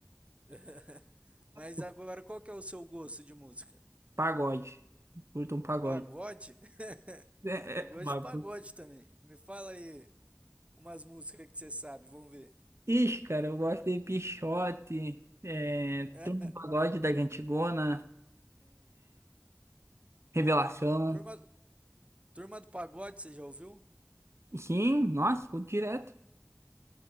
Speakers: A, on the right; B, on the right.
A: <laughs> Mas
B: O
A: agora, qual que é o seu gosto de música?
B: Pagode. Curto um pagode.
A: Pagode?
B: <laughs>
A: <laughs>
B: É,
A: Eu
B: é,
A: gosto
B: um bagulho.
A: de pagode também. Me fala aí umas músicas que você sabe, vamos ver.
B: Ixi, cara, eu gosto de Pixote, é,
A: <laughs>
B: Turma do Pagode da Antigona. Revelação.
A: Turma, Turma do Pagode, você já ouviu?
B: Sim, nossa, escuto direto.